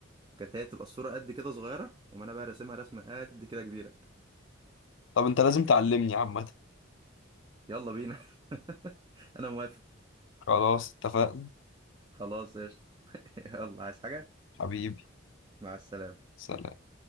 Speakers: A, on the right (about 20°); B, on the left (about 65°).
A: كانت هي تبقى الصوره قد كده صغيره وما انا بقى راسمها رسمه قد كده كبيره
B: طب انت لازم تعلمني عامه
A: يلا بينا <laughs> انا موافق
B: خلاص اتفقنا
A: خلاص قشطه <laughs> يلا عايز حاجه
B: حبيبي
A: مع السلامه
B: سلام